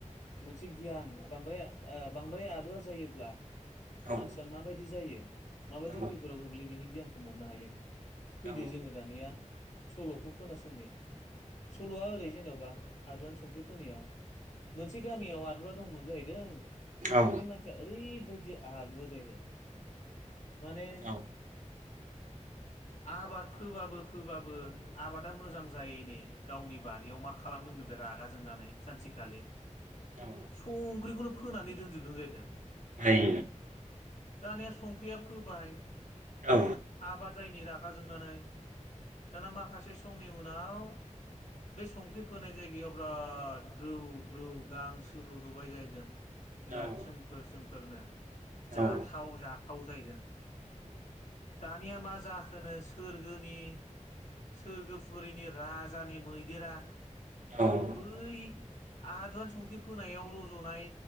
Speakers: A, on the left; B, on the right.
A: मोनसे गियान बांद्राय ओ बांद्राय आदुवा जायोब्ला
B: औ
A: मानसिया माबायदि जायो? <unintelligible> माबायदि
B: औ
A: खैफोराव गोग्लैयो बिनि गियान खौ मोननो हायो। फैदो
B: औ
A: जोङो दानिया सलखौ खोनासंनि। सलआ ओरै जेनबा आदुवानि संख्रि फोनायाव मोनसे गामियाव आदुवा दंमोन जाहैदों
B: औ
A: बे मानसिया ओरैबाय दि आदुवा जाहैदों माने
B: औ
A: आबाद फोबाबो फोबाबो आबादा मोजां जायैनि गावनि बारियाव मा खालामदोंनो बे रागा जोंनानै सानसेखालि
B: औ
A: संख्रिखौनो फोनानै दोनजोबदों जायदों।
B: ओइ।
A: दानिया संख्रिया फोबाय
B: औ
A: आबाद जायिनि रागा जोंनानै दाना माखासे समनि उनाव बे संख्रि फोनाय जायगायाव बिराद ग्रौ ग्रौ गांसो रजबाय जाहैदों। बिराद
B: औ
A: सोमखोर सोमखोरनो जाथाव
B: औ
A: जाथाव जाहैदों। दानिया मा जाखोनो सोरोनि सोरगोफुरिनि राजानि मैदेरा
B: औ औ
A: बै आदुवानि संख्रि फोनायाव रजनाय